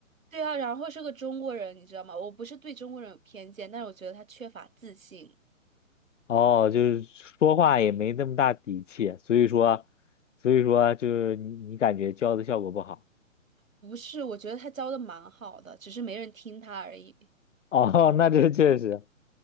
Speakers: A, on the right; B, on the left.
A: 对啊，然后是个中国人，你知道吗？我不是对中国人有偏见，但是我觉得他缺乏自信。
B: 哦，就是说话也没那么大底气，所以说，所以说就是你你感觉教的效果不好。
A: 不是，我觉得他教的蛮好的，只是没人听他而已。
B: 哦，<laughs> 那这确实，